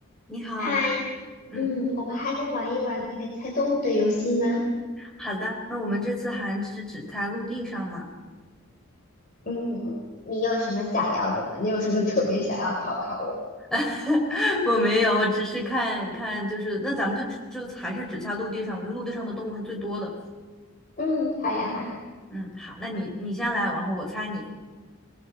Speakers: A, in the centre; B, on the left.
A: 你好，
B: 嗨，
A: 嗯，
B: 嗯，我们还能玩一玩那个猜动物的游戏吗？
A: 好的，那我们这次还只是只在陆地上吗？
B: 嗯，你有什么想要的吗？你有什么特别想要考考我？
A: <laughs> 我没有，我只是看看，就是那咱们就只就还是只在陆地上嘛，因为陆地上的动物是最多的。
B: 嗯，好呀，
A: 嗯嗯，
B: 好呀。
A: 好，那你你先来，然后我猜你。